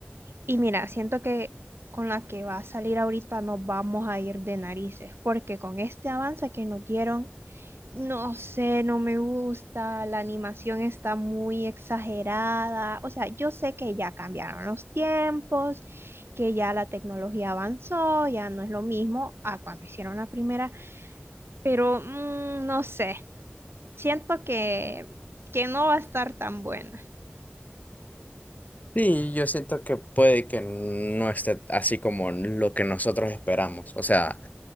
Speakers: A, on the right; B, on the left.
A: Y mira, siento que con la que va a salir ahorita nos vamos a ir de narices, porque con este avance que nos dieron, no sé, no me gusta, la animación está muy exagerada. O sea, yo sé que ya cambiaron los tiempos, que ya la tecnología avanzó, ya no es lo mismo a cuando hicieron la primera, pero mm, no sé, siento que, que no va a estar tan buena.
B: Sí, yo siento que puede que no esté así como lo que nosotros esperamos. O sea,